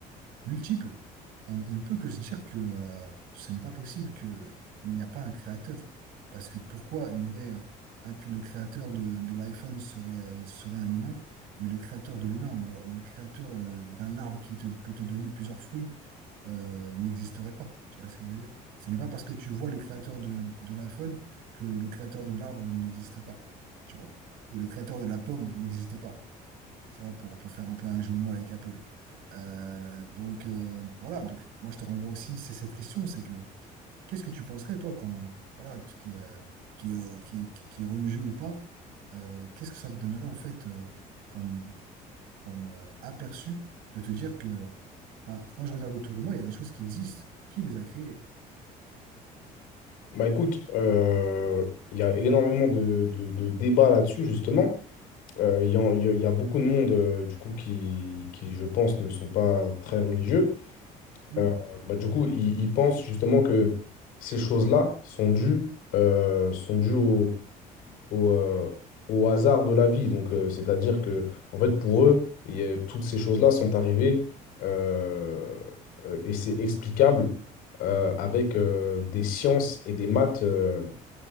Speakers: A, on the right; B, on the left.
A: multiple, on, on ne peut que se dire que euh, ce n'est pas possible qu'il n'y a pas un créateur. Parce que pourquoi il y aurait... euh, hein, que le créateur de, de l'iPhone serait, euh, serait un humain, mais le créateur de l'humain, ou alors le créateur euh, d'un arbre qui te- peut te donner plusieurs fruits, euh, n'existerait pas. Tu vois ce que je veux dire? Ce n'est pas parce que tu vois le créateur de, de l'iPhone que le créateur de l'arbre n'existe pas, tu vois. Ou le créateur de la pomme n'existe pas, tu vois, pour, pour faire un peu un jeu de mots avec Apple. Euh, donc euh, voilà, donc moi je te renvoie aussi, c'est cette question, c'est que Qu'est-ce que tu penserais, toi, quand, voilà, tu- qui, euh, qui, euh, qui, qui, qui est religieux ou pas, euh, qu'est-ce que ça te donnerait, en fait, euh, comme, comme euh, aperçu de te dire que, bah, quand je regarde autour de moi, il y a des choses qui existent. Qui les a créées?
B: Bah écoute, euh, il y a énormément de, de de débats là-dessus, justement. Euh, Il y, en- il y a il y a beaucoup de monde, euh, du coup, qui, qui, je pense, ne sont pas très religieux.
A: Oui,
B: Euh, bah, du coup, ils, ils pensent justement que ces choses-là sont dues, euh, sont dues au, au, euh, au hasard de la vie. Donc, euh, c'est-à-dire que, en fait, pour eux, il y a- toutes ces choses-là sont arrivées euh, euh, et c'est explicable euh, avec euh, des sciences et des maths euh,